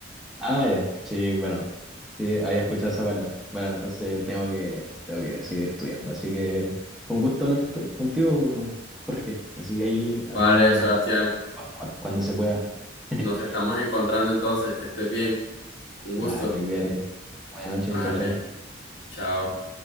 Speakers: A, in the centre; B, on the left (about 80°).
A: Ah, ya. Sí, bueno. Sí, había escuchado esa palabra. Bueno, entonces tengo que, tengo que seguir estudiando. Así que fue un gusto hablar to- contigo, Jorge. Así que ahí hablamos
B: Vale, Sebastián,
A: cu- cu- cuando se pueda. <laughs>
B: nos estamos encontrando entonces, que estés bien. Un gusto.
A: Dale, cuídate. Buenas noches,
B: Vale.
A: chao, chao.
B: Chao.